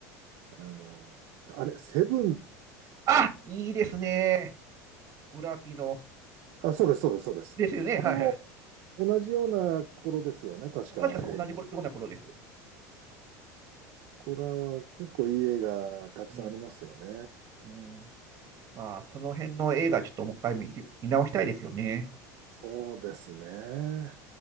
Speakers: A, on the right (about 60°); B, on the right (about 35°).
A: あの、あれ、セブン、
B: あ、いいですね。ブラピの。
A: あ、そうです、そうです、そうです。
B: ですよね。
A: あれも
B: はいはい。
A: 同じような頃ですよね、
B: う
A: 確か。
B: ん、確かそう同じ頃ような頃です。
A: えー、これは結構いい映画たくさんありますよね。
B: うん。うんまあ、その辺の映画、ちょっともう一回見て、見直したいですよね。
A: そうですね。